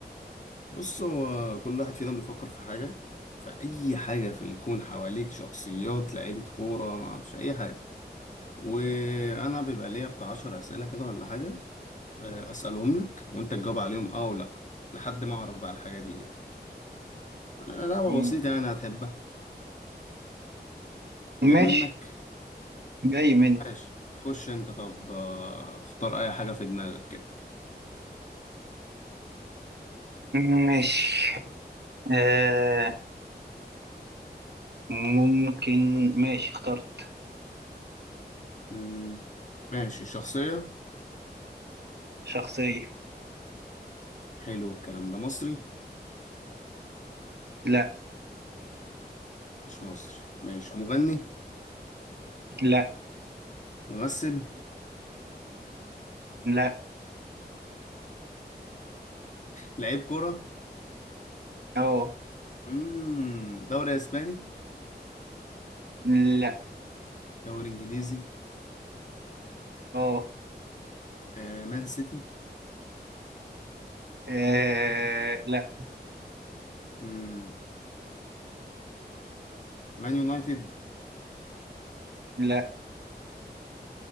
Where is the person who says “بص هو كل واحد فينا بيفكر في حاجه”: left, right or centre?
Left